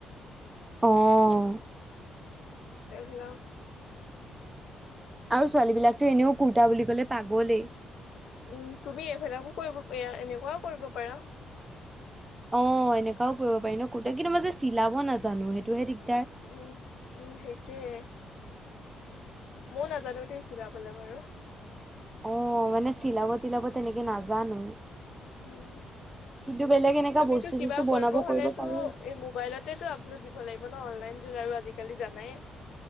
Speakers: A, on the right; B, on the left.
A: আহ
B: পফেলা
A: আৰু ছোৱালী বিলাকতো এনেও কুৰ্তা বুলি কলে পাগলেই
B: উম তুমি এইবিলাকো কৰিব এয়া এনেকুৱাও কৰিব পাৰা
A: অ এনেককাাও কৰিব পাৰি ন কুৰ্ত কিন্তু মই যে চিলাব নাজানো সেইটোহে দিদ
B: উম উম সেইটোোৱে ময় নাজানো দ চিলাবলে বাৰু
A: অ মানে চিলাব তিলাব তেনেকে নাজানো
B: উম
A: কিন্তু বেলেগ এনেকা
B: তুমিতটো
A: বস্তু
B: কিবা
A: চস্তু বনাব
B: কৰিব হলেতটো
A: পাৰো
B: এই মোবাইলতেতটো আপলোড দিব লাগিব হ ন অনলাইন যুগ আৰু আজিকালি জানাই